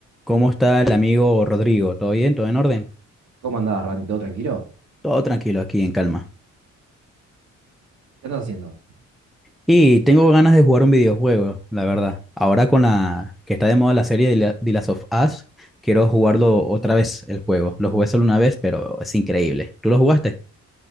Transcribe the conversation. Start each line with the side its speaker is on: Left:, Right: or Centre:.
Centre: ¿Cómo está el amigo Rodrigo? ¿Todo bien? ¿Todo en orden?
Right: ¿Cómo andás, Randy? ¿Todo tranquilo?
Centre: Todo tranquilo aquí, en calma.
Right: ¿Qué andas haciendo?
Centre: Y tengo ganas de jugar un videojuego, la verdad. Ahora con la que está de moda la serie de la- The Last of Us, quiero jugarlo otra vez el juego. Lo jugué solo una vez, pero es increíble. ¿Tú lo jugaste?